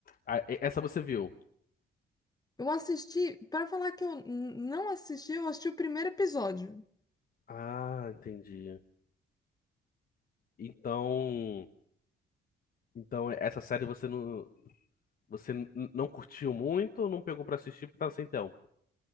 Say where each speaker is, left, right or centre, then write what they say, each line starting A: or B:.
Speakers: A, on the left; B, on the left.
A: Ah, e- essa você viu?
B: Eu assisti, para falar que eu n- não assisti, eu assisti o primeiro episódio.
A: Ah, entendi. Então, então essa série você não, você n- não curtiu muito, não pegou pra assistir porque tava sem tempo.